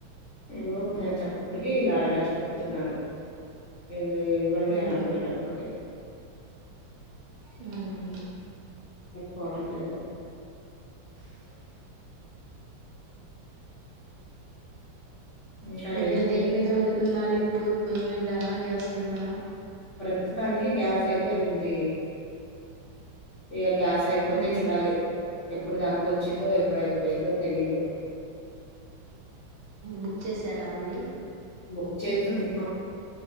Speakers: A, on the left; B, on the right.
A: ఏవో నను చెప్పటికి ఇలా ఇలా చెప్తున్నారు ఇవ్వండి అన
B: అవును
A: అడి కేటప్పుడుక
B: హ్మ్.
A: కోవడం లేదు ఇంకా
B: మీరు
A: ఏంటి
B: దేని మీద వండుతున్నారు ఇప్పుడు పొయ్యి మీదనా గ్యాస్ మీదనా
A: ప్రస్తుతానికి గ్యాస్ అయితే ఉంది ఇక గ్యాస్ అయిపోతే
B: హ్మ్.
A: చూడాలి ఎప్పుడు దాకా వచ్చిందో అప్పుడయిపోయిందో తెలీదు
B: బుక్ చేసారా మరి
A: బుక్ చేస్తున్నా